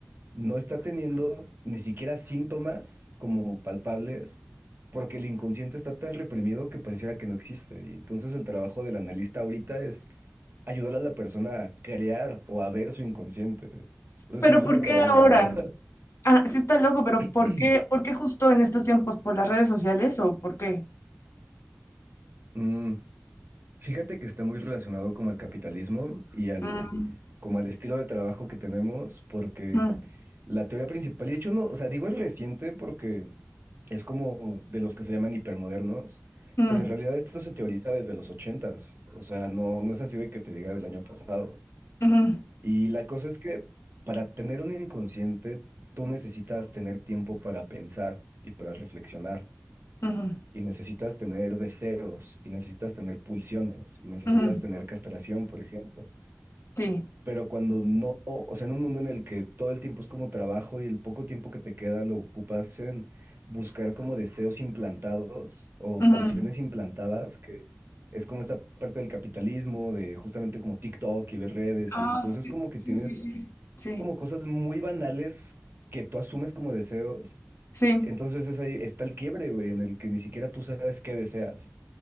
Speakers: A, on the right; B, on the left.
A: no está teniendo ni siquiera síntomas como palpables. Porque el inconsciente está tan reprimido que pareciera que no existe. Y entonces el trabajo del analista ahorita es ayudar a la persona a crear o a ver su inconsciente. Entonces
B: Pero
A: se me hizo
B: ¿por
A: muy
B: qué
A: cabrón,
B: ahora?
A: la verdad.
B: Ah, sí está loco, pero
A: <clears throat>
B: ¿por qué, por qué justo en estos tiempos? ¿Por las redes sociales o por qué?
A: Mm, fíjate que está muy relacionado como al capitalismo y al,
B: Mm,
A: como al estilo de trabajo que tenemos, porque
B: mm,
A: la teoría principal, y de hecho no, o sea, digo es reciente porque es como de los que se llaman hipermodernos,
B: mm,
A: pero en realidad esto se teoriza desde los ochentas, o sea, no, no es así de que te diga del año pasado.
B: ujú,
A: Y la cosa es que para tener un inconsciente, tú necesitas tener tiempo para pensar y para reflexionar.
B: ujú,
A: Y necesitas tener deseos, y necesitas tener pulsiones, y necesitas
B: ujú.
A: tener castración, por ejemplo.
B: Sí.
A: Pero cuando no, o sea, en un mundo en el que todo el tiempo es como trabajo y el poco tiempo que te queda lo ocupas en buscar como deseos implantados o
B: ujú.
A: pulsiones implantadas, que es como esta parte del capitalismo, de justamente como TikTok y ver redes,
B: Ah,
A: y entonces
B: sí,
A: como que
B: sí,
A: tienes
B: sí, sí. Sí,
A: como cosas muy banales que tú asumes como deseos.
B: sí.
A: Entonces es ahí está el quiebre, güey, en el que ni siquiera tú sabes qué deseas.